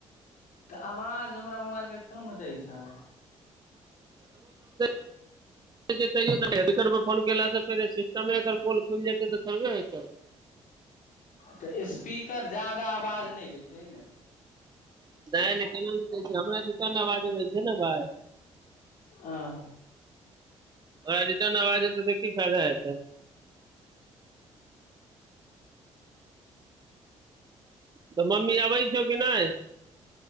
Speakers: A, on the left; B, on the right.
A: तऽ आवाज हमरा मोबाइलमे कम दै छै
B: आ <inaudible> हेडफोन पर कॉल केललँ फेर सिस्टमे अगर पोल खुलि जेतै तऽ थड़बे होेतौ <inaudible>
A: तऽ स्पीकर जदा आवाज नहि दै छै ने
B: नहि नहि केना नहि कै छै हमरा रिर्टन आवाज दइ छै ने भाय <inaudible>
A: ह
B: अबाज रिटर्न आबाजतै तऽ की फायदा हतै तऽ मम्मी अबै छौ कि नहि